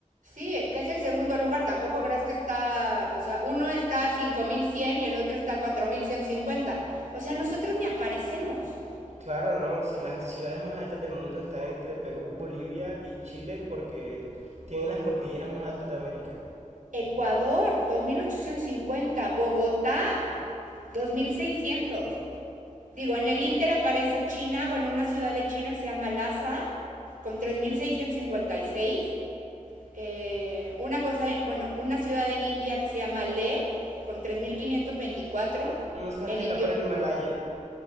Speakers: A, on the right; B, on the right.
A: Sí, que es el segundo lugar. Tampoco creas que está, o sea, uno está 5100 y el otro está 4150. O sea, nosotros ni aparecemos.
B: Claro, ¿no? Si las ciudades más altas del mundo están entre Perú, Bolivia y Chile porque tienen las cordilleras más altas de América.
A: Ecuador, 2850. Bogotá, 2600. Digo, en el Inter aparece China, bueno, una ciudad de China que se llama Lhasa, con 3656. eh, una cosa, bueno, una ciudad en India que se llama Leh, con 3.524.
B: Mm, Esa es
A: En
B: la que
A: Etiop-
B: está por el Himalaya.